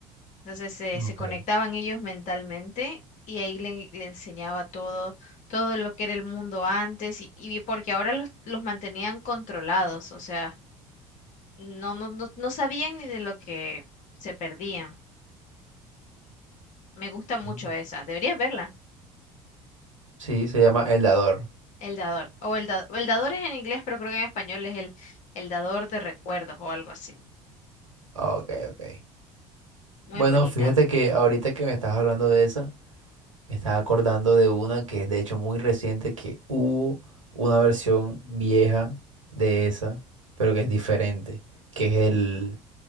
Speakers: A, on the left (about 50°); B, on the right (about 80°).
A: Entonces se
B: Ok.
A: se conectaban ellos mentalmente y ahí le, le enseñaba todo, todo lo que era el mundo antes y, y porque ahora los, los mantenían controlados, o sea, no, no, no, no sabían ni de lo que se perdían. Me gusta mucho
B: Mm.
A: esa, deberías verla,
B: Sí, se llama El Dador.
A: El Dador. O el, da- el Dador es en inglés, pero creo que en español es el, el Dador de Recuerdos o algo así.
B: Ok, ok.
A: Muy
B: Bueno,
A: bonita.
B: fíjate que ahorita que me estás hablando de esa. Me estaba acordando de una que es de hecho muy reciente, que hubo una versión vieja de esa, pero que es diferente, que es el,